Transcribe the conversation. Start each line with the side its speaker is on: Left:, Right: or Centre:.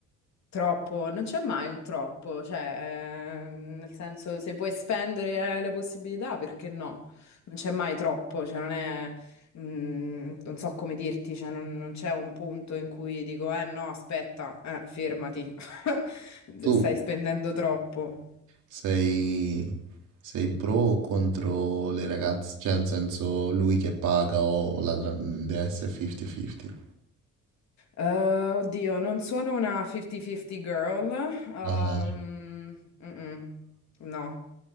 Left: Troppo, non c'è mai un troppo, cioè, ehm, nel senso, se vuoi spendere eh, le possibilità, perché no? Non c'è mai troppo, cioè, non è, mm, non so come dirti, cioè, non, non c'è un punto in cui dico, eh no, aspetta, eh, fermati, <laughs>
Right: Tu
Left: stai spendendo troppo.
Right: sei, sei pro o contro le ragazze? Cioè, nel senso, lui che paga o la tra- deve essere 50-50?
Left: Eh, oddio, non sono una 50-50 girl, ehm,
Right: Ah.
Left: mm-mm, no.